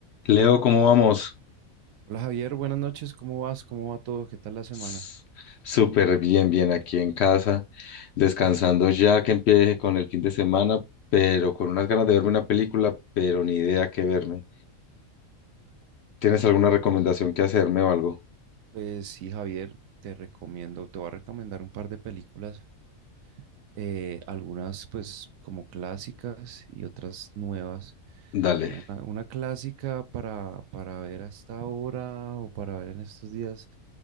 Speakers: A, on the left; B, on the right.
A: Leo, ¿cómo vamos?
B: Hola Javier, buenas noches, ¿cómo vas? ¿Cómo va todo? ¿Qué tal la semana?
A: S- Súper bien, bien aquí en casa, descansando ya que empiece con el fin de semana, pero con unas ganas de verme una película, pero ni idea qué verme. ¿Tienes alguna recomendación que hacerme o algo?
B: Pues sí, Javier, te recomiendo, te voy a recomendar un par de películas, eh, algunas pues como clásicas y otras nuevas,
A: Dale.
B: como una, una clásica para, para ver hasta ahora o para ver en estos días